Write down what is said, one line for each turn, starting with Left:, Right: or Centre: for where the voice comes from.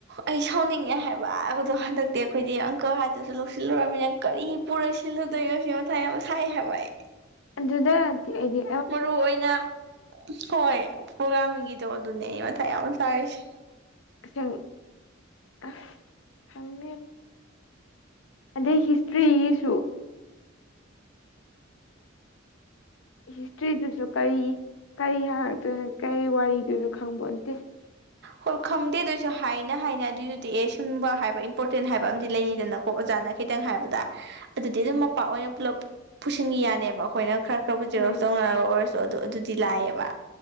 Right: ꯑꯩ ꯁꯥꯎꯅꯤꯡꯉꯦ ꯍꯥꯏꯕ ꯑꯗꯣ ꯍꯟꯗꯛꯇꯤ ꯑꯩꯈꯣꯏꯗꯤ ꯑꯪꯀ ꯍꯥꯏꯗꯨꯁꯨ ꯂꯧꯁꯤꯜꯂꯨꯃꯤꯅ ꯀꯔꯤ ꯄꯨꯔ ꯁꯤꯜꯂꯨꯗꯣꯏꯅꯣ ꯁꯤ ꯃꯊꯥ ꯌꯥꯝ ꯁꯥꯏ ꯍꯥꯏꯕ ꯑꯩ
Left: ꯑꯗꯨꯗ ꯍꯥꯏꯗꯤ
Right: ꯃꯔꯨ ꯑꯣꯏꯅ ꯍꯣꯏ ꯄ꯭ꯔꯣꯒꯥ꯭ꯔꯒꯥꯃꯤꯡꯒꯤꯗꯣ ꯑꯗꯨꯅꯦ ꯑꯩ ꯃꯊꯛ ꯌꯥꯝ ꯆꯥꯏꯔꯤꯁꯦ
Left: ꯁꯦꯡ ꯑꯁ ꯈꯪ ꯑꯗꯩ ꯍꯤꯁꯇ꯭ꯔꯤꯁꯨ ꯍꯤꯁꯇ꯭ꯔꯤꯗꯨꯁꯨ ꯀꯔꯤ ꯀꯔꯤ ꯍꯉꯛꯇꯣꯏꯅꯣ ꯀꯔꯤ ꯋꯥꯔꯤꯗꯨꯁꯨ ꯈꯪꯕꯇꯦ
Right: ꯍꯣꯏ ꯈꯪꯗꯦ ꯑꯗꯨꯑꯣꯁꯨ ꯍꯥꯏꯅ ꯍꯥꯏꯅ ꯑꯗꯨꯏꯗꯨꯗꯤ ꯑꯦ ꯁꯨꯝꯕ ꯍꯥꯏꯕ ꯏꯝꯄꯣꯔꯇꯦꯟ ꯍꯥꯏꯕ ꯑꯝ ꯂꯩꯅꯤꯗꯅꯀꯣ ꯀ ꯑꯣꯖꯥꯅ ꯈꯤꯇꯪ ꯍꯥꯏꯕꯗ ꯑꯗꯨꯗꯤ ꯑꯗꯨꯝ ꯃꯄꯥꯛ ꯑꯣꯏꯅ ꯄꯨꯜꯂꯞ ꯄꯨꯁꯤꯟꯈꯤ ꯌꯥꯅꯦꯕ ꯑꯩꯈꯣꯏꯅ ꯈꯔ ꯈꯔꯕꯨ
Left: ꯃꯣꯏ
Right: ꯦꯔꯣꯛ ꯇꯧꯅꯔꯒ ꯑꯣꯏꯔꯁꯨ ꯑꯗꯨ ꯑꯗꯨꯗꯤ ꯂꯥꯛꯑꯦꯕ